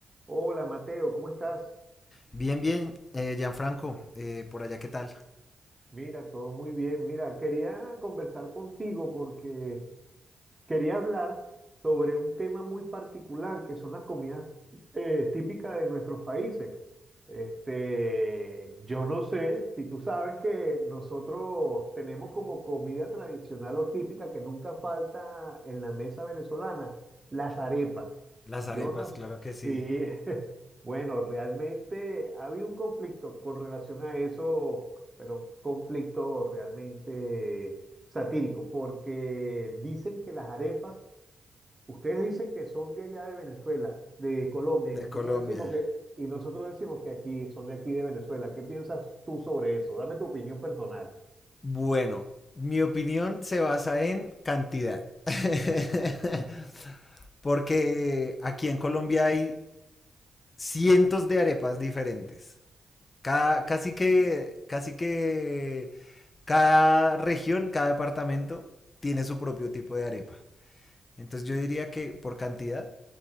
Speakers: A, on the right; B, on the left.
A: Hola Mateo, ¿cómo estás?
B: Bien, bien, eh, Gianfranco, eh, por allá, ¿qué tal?
A: Mira, todo muy bien. Mira, quería conversar contigo porque Quería hablar sobre un tema muy particular que son las comidas eh, típicas de nuestros países. Este, yo no sé si tú sabes que nosotros tenemos como comida tradicional o típica que nunca falta en la mesa venezolana, las arepas.
B: Las
A: Yo
B: arepas,
A: no sé.
B: claro que sí.
A: Sí, <laughs> bueno, realmente había un conflicto con relación a eso, pero un conflicto realmente satírico, porque dicen que las arepas, ustedes dicen que son de allá de Venezuela, de Colombia,
B: De
A: y nosotros
B: Colombia.
A: decimos que, y nosotros decimos que aquí son de aquí de Venezuela. ¿Qué piensas tú sobre eso? Dame tu opinión personal.
B: Bueno, mi opinión se basa en cantidad. <laughs> Porque aquí en Colombia hay cientos de arepas diferentes. Cada- casi que, casi que cada región, cada departamento tiene su propio tipo de arepa. Entonces yo diría que por cantidad